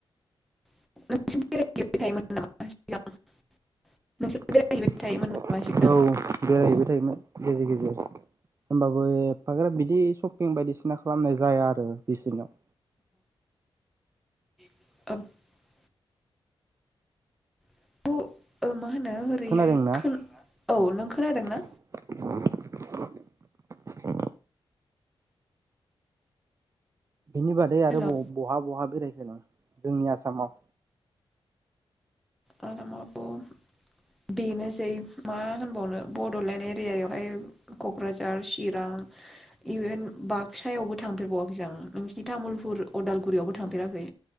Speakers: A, in the centre; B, on the right (about 30°).
A: <inaudible> नोंसोर
B: औ
A: बेरायहैबाय थायोमोन नामा सिगां
B: बेरायहैबाय थायोमोन गेजेर गेजेर होमबाबो एफाग्राब बिदि सपिं बायदिसिना खालामनाय जाया आरो बिसोरनियाव
A: <unintelligible> <unintelligible> ओरैहाय
B: खोनादों ना <unintelligible>
A: खोन औ नों खोनादोंना
B: बिनि बादै आरो
A: हेल'
B: बहा बहा बेरायखो नों जोंनि आसामाव
A: आसामावथ' बेनोसै मा होनबावनो बड'लेण्ड एरियायावहाय क'क्राझार चिरां इभेन बाक्सायावबो थांफेरबावाखै आं नोंसिनि तामुलपुर अदालगुरियावबो थांफेराखै